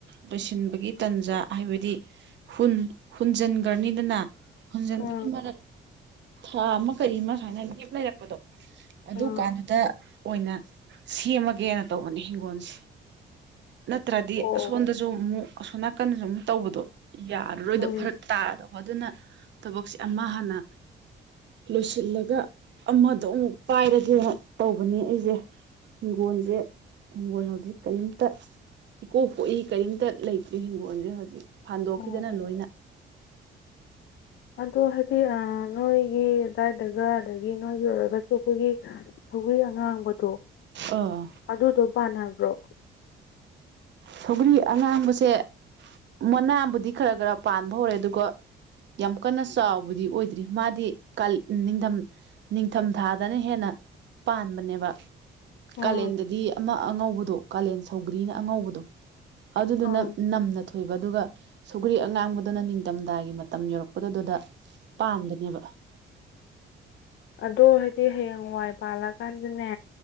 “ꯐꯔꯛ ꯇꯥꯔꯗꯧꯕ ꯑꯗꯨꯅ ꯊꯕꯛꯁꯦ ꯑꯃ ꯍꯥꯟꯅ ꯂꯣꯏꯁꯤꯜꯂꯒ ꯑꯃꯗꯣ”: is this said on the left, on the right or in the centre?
Right